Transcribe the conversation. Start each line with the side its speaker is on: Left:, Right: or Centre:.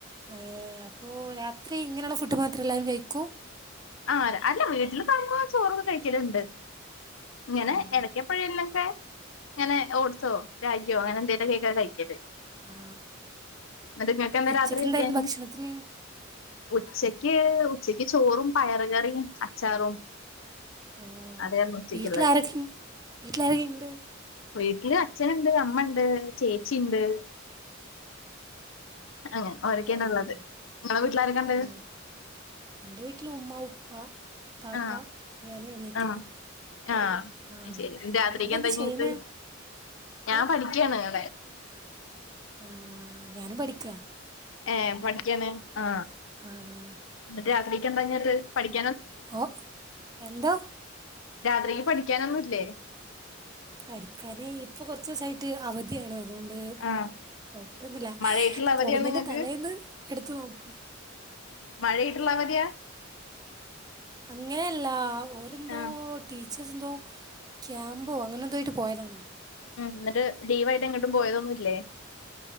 Right: ഏ അപ്പൊ ഓ രാത്രി ഇങ്ങനുള്ള ഫുഡ് മാത്ര എല്ലാരും കഴിക്ക
Left: ആര് അല്ല വീട്ടില് ചോറൊക്കെ കഴിക്കലുണ്ട് ഇങ്ങനെ
Right: ആ
Left: എടക്കെപ്പഴേലൊക്കെ ഇങ്ങനെ ഓട്സോ രാഗിയോ അങ്ങനെ എന്തെലുംക്കെക്കാരം കഴിക്കല്
Right: ആ
Left: ഇന്ന്ട്ടിങ്ങക്ക് എന്താ
Right: ഉച്ചയ്ക്ക്
Left: രാത്രി കയിക്കാൻ
Right: എന്തായിരുന്നു ഭക്ഷണത്തിന്
Left: ഉച്ചക്ക് ഉച്ചക്ക് ചോറും പയറ് കറിയും അച്ചാറും
Right: ഓ
Left: അതേര്ന്നു ഉച്ചക്കിള്ളേ
Right: വീട്ടിലാരൊക്കെ വീട്ടിലാരൊക്കെ ഉണ്ട്
Left: വീട്ടില് അച്ഛന്ണ്ട് അമ്മണ്ട് ചേ ച്ചിണ്ട് അങ്ങനെ
Right: ആ
Left: ഓരക്കേണ് ഇള്ളത്
Right: അങ്ങനെ
Left: ഇങ്ങളെ വീട്ടിലാരൊക്കെണ്ട്
Right: ആ എൻ്റെ വീട്ടിൽ ഉമ്മ ഉപ്പ താത്ത
Left: ആ
Right: ഞാൻ അനിയത്തി
Left: ആ ആ
Right: ആ
Left: അയിശെരി രാത്രിക്ക്
Right: നിങ്ങളെന്ത്
Left: എന്താ ഇങ്ങക്ക്
Right: ചെയ്യണേ
Left: ഞാൻ
Right: ഓ
Left: പഠിക്കാണ് <inaudible>
Right: ആ ഞാനും പഠിക്ക
Left: ഏ പഠിക്കാണ് ആ
Right: ആ
Left: എന്നട്ട് രാത്രി പ പറഞ്ഞട്ട് പഠിക്ക <unintelligible>
Right: ഓ എന്തോ
Left: രാത്രിക്ക് പഠിക്കാനൊന്നുല്ലേ
Right: പഠിക്കാന് ഇപ്പൊ കൊറചൂസായിട്ട് അവധിയാണ് അതുകൊണ്ട്
Left: ആഹ്
Right: നോക്കീട്ടോന്നുല്ല
Left: മഴയായിട്ടുള്ള അവധിയാ
Right: പോകുന്നതിന്റെ
Left: നിങ്ങക്ക്
Right: തലേന്ന് എടുത്ത് നോക്കും
Left: മഴായിട്ടുള്ള അവധിയാ
Right: അങ്ങനെയല്ല ഓരെന്തോ
Left: ആഹ്
Right: ടീ ടീചേർസ് എന്തോ ക്യാമ്പോ അങ്ങനെ എന്തോയിട്ട് പോയതാണ്
Left: ഉം എന്നിട്ട് ലീവായിട്ട് എങ്ങോട്ടും പോയതൊന്നുല്ലേ